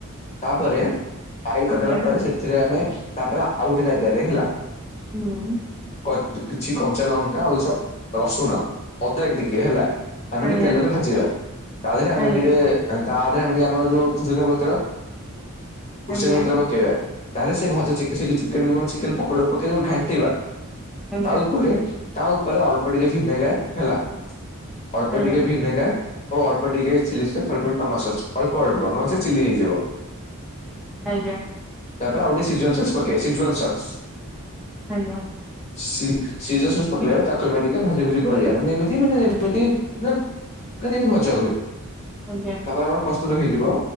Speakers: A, on the left; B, in the centre.
A: ତାପରେ ସାଇଡ କରିଦେଲା
B: ଆଜ୍ଞା
A: ପରେ, ସେଥିରେ ଆମେ ତାପରେ ଆଉ ଗୋଟେ ଜାଗାରେ ହେଲା
B: ହୁଁ ।
A: କଚ୍ କିଛି କଞ୍ଚା ଲଙ୍କା ଆଉ କିଛି ରସୁଣ ଅଦା ଟିକେ ହେଲା ଆମେ
B: ଆଜ୍ଞା
A: ଟିକେ ତେଲରେ ଭାଜିବା। ତା ଦେହରେ ଆମେ
B: ଆଜ୍ଞା
A: ଟିକେ ତାଧେରେ ଆମେ ଟିକେ ଆମର ଯୋଉ ଭୃସଙ୍ଗ ପତ୍ର ଭୃସଙ୍ଗ
B: ଆଜ୍ଞା
A: ପତ୍ର ପକେଇବା। ତାହେଲେ ସେ ଭଜା ଚି ସେ ଯୋଉ ଚିକେନକୁ ଚିକେନ ପକୋଡ଼ାକୁ ପକେଇଦବ ଘାଣ୍ଟିବା।
B: ଆଜ୍ଞା
A: ତା ଉପରେ ତା ଉପରେ ଅଳ୍ପ ଟିକେ ଭିନେଗାର ହେଲା ଅଳ୍ପ
B: ଆଜ୍ଞା
A: ଟିକେ ଭିନେଗାର ଆଉ ଅଳ୍ପ ଟିକେ ଚିଲ୍ଲି ସସ୍, ଅଳ୍ପ ଟିକେ ଟମାଟ ସସ ଅଳ୍ପ ଅଳ୍ପ ନଚେତ୍ ଚିଲ୍ଳି ହେଇଯିବ।
B: ଆଜ୍ଞା।
A: ତାପରେ ଆଉ ଟିକେ ସିଜୱନ୍ ସକ୍ସ ପକେଇବେ ସିଜୱନ୍ ସକ୍ସ।
B: ଆଜ୍ଞା।
A: ସି ସିଯୁଆ ସସ ପକେଇଲା ବେଳେ ତାକୁ ଆମେ ଟିକେ ଭାଜି ଭୁଜି ଗୋଳେଇଆ ମାନେ ଏମିତି ମାନେ ଯେମିତି ମାନେ ନା ଯେମିତି ଭଜା ହୁଏ।
B: ଆଜ୍ଞା
A: ତାପରେ ଆମର ପ ପ୍ରସ୍ତୁତ ହେଇଯିବ